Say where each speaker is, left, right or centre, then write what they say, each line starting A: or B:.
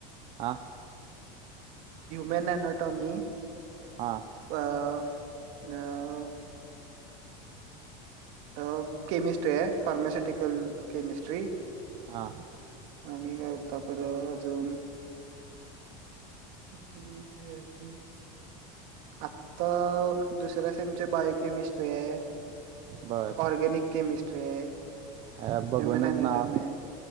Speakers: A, on the right; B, on the right.
A: हां
B: मेन अनोटोमी
A: हां
B: अ अ अ केमिस्ट्री आहे फार्माास्युटिकल केमिस्ट्री
A: हां
B: आणि काय होता बर अजून ए ल क आहेी आता दुसऱ्या सेमची बायोकेमिस्ट्री आहे
A: बर
B: ऑर्गेनिक केमिस्ट्री आहे
A: अ
B: ह्युमन
A: बघूनच
B: अनाटॉमी
A: नाव
B: आहे